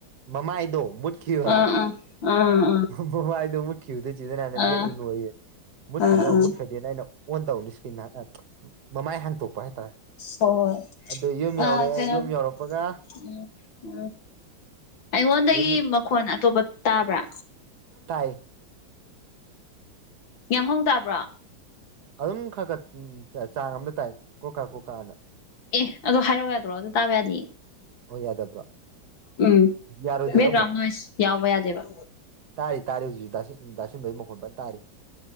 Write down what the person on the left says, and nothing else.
ꯑꯥ ꯑꯥ ꯑꯥ ꯑꯥ
ꯑꯥ
ꯑꯥ
ꯑꯥ
ꯍꯣ ꯍꯣꯏ
ꯑꯥ ꯀꯩꯅꯣ
ꯎꯝ ꯎꯝ ꯑꯩꯉꯣꯟꯗꯒꯤ
ꯃꯈꯣꯟ ꯑꯇꯣꯞꯄ ꯇꯥꯕ꯭ꯔꯥ
ꯌꯥꯝꯍꯧ ꯇꯥꯕ꯭ꯔꯣ
ꯑꯦ ꯑꯗꯨ ꯍꯥꯏꯔꯧ ꯌꯥꯗ꯭ꯔꯣ ꯑꯗꯨ ꯇꯥꯕ ꯌꯥꯗꯤꯌꯦ
ꯎꯝ
ꯕꯦꯛꯒ꯭ꯔꯥꯎꯟ
ꯅꯣꯏꯁ ꯌꯥꯎꯕ ꯌꯥꯗꯦꯕ